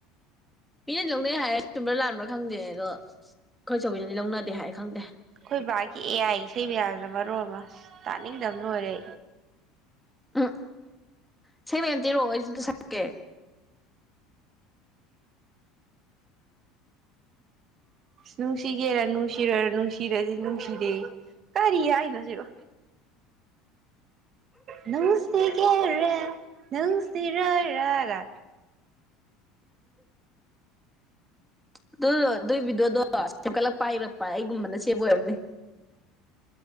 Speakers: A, in the centre; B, on the right (about 30°).
A: ꯃꯤꯅꯗꯤ ꯂꯧꯅꯩ ꯍꯥꯏ ꯆꯨꯝꯕ꯭ꯔꯥ ꯂꯥꯟꯕ꯭ꯔꯥ ꯈꯪꯗꯦꯍꯦ ꯑꯗꯣ ꯈꯣꯏꯆꯧꯕꯤꯅꯗꯤ ꯂꯧꯅꯗꯦ ꯍꯥꯏ ꯈꯪꯗꯦ꯫
B: ꯑꯩꯈꯣꯏ ꯕꯥꯒꯤ ꯑꯦ ꯑꯥꯏ ꯏꯁꯩ ꯃꯌꯥꯁ ꯃꯔꯣ ꯑꯃ ꯇꯥꯅꯤꯡꯗꯕ ꯂꯣꯏꯔꯦ
A: ꯎꯝ ꯏꯁꯩ ꯃꯦꯝ ꯇꯤꯔꯛꯑꯣ ꯑꯩꯁꯨꯗ ꯁꯛꯀꯦ
B: ꯅꯨꯡꯁꯤꯒꯦꯔ ꯅꯨꯡꯁꯤꯔꯣꯏꯔ ꯅꯨꯡꯁꯤꯔꯗꯤ ꯅꯨꯡꯁꯤꯔꯦ ꯀꯔꯤ ꯍꯥꯏꯅꯣ ꯁꯤꯕꯣ ꯅꯨꯡꯁꯤ ꯀꯦꯔ ꯅꯨꯡꯁꯤ ꯔꯔꯒ
A: ꯑꯗꯨ ꯑꯗꯨꯒꯤ ꯚꯗꯤꯑꯣꯗꯣ ꯁꯦꯝꯀꯠꯂꯛꯄ ꯏꯔꯛꯄ ꯑꯩꯒꯨꯝꯕꯅ ꯁꯦꯞ ꯑꯣꯏꯔꯝꯅꯦ